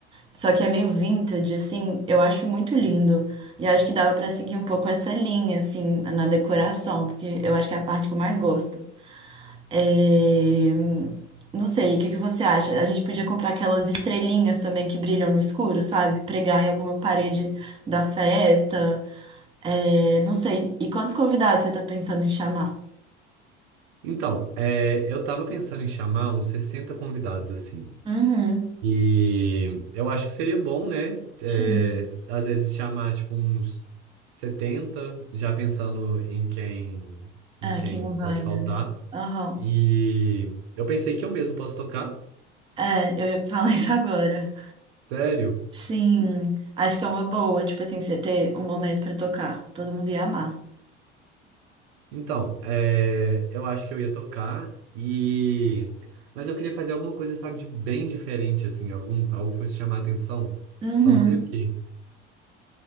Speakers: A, on the right; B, on the right.
A: só que é meio vintage, assim, eu acho muito lindo. E acho que dava pra seguir um pouco essa linha, assim, na decoração, porque eu acho que é a parte que eu mais gosto. É, Não sei, o que que você acha? A gente podia comprar aquelas estrelinhas também que brilham no escuro, sabe? Pregar em alguma parede da festa. É, Não sei. E quantos convidados você tá pensando em chamar?
B: Então, é, eu tava pensando em chamar uns 60 convidados assim.
A: Uhum.
B: E eu acho que seria bom, né? é,
A: Sim.
B: às vezes chamar tipo uns 70 já pensando em quem em
A: É,
B: quem
A: que não
B: pode
A: vai,
B: faltar.
A: né? Aham.
B: E eu pensei que eu mesmo posso tocar.
A: É, eu ia falar <laughs> isso agora.
B: Sério?
A: Sim, acho que é uma boa, tipo assim, você ter um momento pra tocar. Todo mundo ia amar.
B: Então, é, eu acho que eu ia tocar e mas eu queria fazer alguma coisa, sabe, de bem diferente assim, algum algo que fosse chamar a atenção.
A: Uhum.
B: Só não sei o quê.